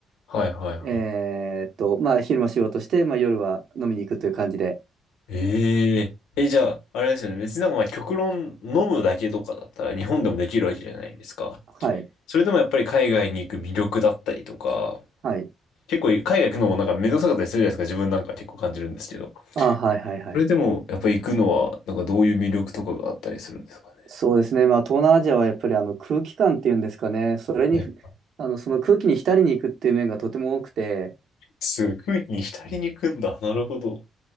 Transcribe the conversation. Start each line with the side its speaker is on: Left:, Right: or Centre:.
Left: はいはいはい。
Right: えーっと、まあ、昼間仕事して、まあ、夜は飲みに行くという感じで、
Left: えええ、じゃあ、あれですよね。別になんかまあ極論飲むだけとかだったら日本でもできるわけじゃないですか。
Right: はい。
Left: それでもやっぱり海外に行く魅力だったりとか、
Right: はい。
Left: 結構海外行くのもなんか面倒くさかったりするじゃないですか。自分なんか結構感じるんですけど。
Right: あ、はいはいはい。
Left: それでもやっぱり行くのはなんかどういう魅力とかがあったりするんですかね。
Right: そうですね。まあ、東南アジアはやっぱりあの空気感っていうんですかね。それに、
Left: はい。
Right: あの、その空気に浸りに行くっていう面がとても多くて、
Left: すごい、空気に浸りに行くんだ。なるほど。